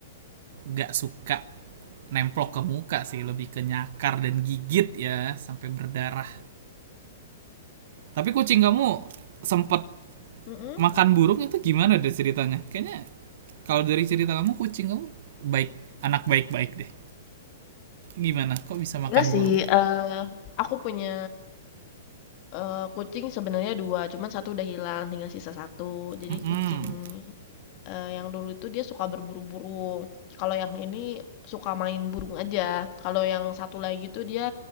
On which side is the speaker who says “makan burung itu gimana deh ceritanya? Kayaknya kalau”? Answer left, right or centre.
Right